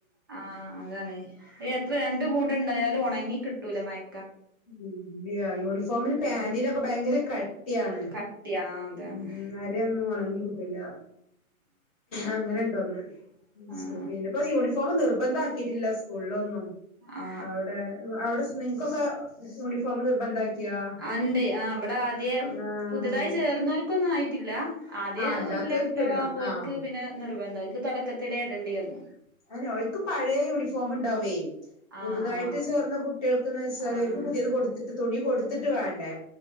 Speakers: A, on the right; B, on the left.
A: ആ അതാണ്. എത്ര രണ്ട് കൂടം ഇണ്ടായാലും ഒണങ്ങി കിട്ടൂല്ലാ മഴ
B: ഇല്ല്യാ യൂണിഫോമിന് പാൻ്റിനൊക്കെ
A: ഉം
B: ബയങ്കര കട് ട്ടിയാണ്.
A: കട്ടിയാ ആഹ് അതാണ്
B: ഉം അന്നേരെ ഒന്നും ഒണങ്ങി ട്ടില്ല. അങ്ങനെ ഉണ്ട് ഒന്ന്
A: ആഹ്
B: ശെരി പിന്നെ ഇപ്പോ യൂണിഫോം നിർബന്ധം ആക്കിട്ടില്ലാ സ്കൂളിലൊന്നും
A: ആഹ്
B: അവടെ അവടെ നിങ്ങക്കൊക്കെ യൂണിഫോം നിർബന്ധാക്കിയാ
A: അണ്ടേ ആ അവടെ ആദ്യ
B: ആഹ്
A: പുതാതായി ചേർന്നവറ്ക്കൊന്നും ആയി ല്ലാ ആദ്യ
B: അല്ലാത്തോർക്ക്
A: ഓല കുട്ടികളാമ്പോ
B: ഇടണം
A: ഓര്ക്ക്
B: ആഹ്
A: പിന്നെ നിർബന്ധാ ഓർക്ക് തൊടകത്തിലെ ഇടേണ്ടി വന്ന്
B: <unintelligible> ഓര്ക്ക് പഴയ യൂണിഫോം ഒണ്ടാവേ പുതുതായിട്ട്
A: ആഹ് ആഹ്
B: ചേർന്ന കുട്ടികൾക്ക് എന്ന് വെച്ചാല്
A: ആഹ്
B: പുതിയത് കൊടുത്തിട്ട് തുണി കൊടുത്തിട്ട് വേണ്ടേ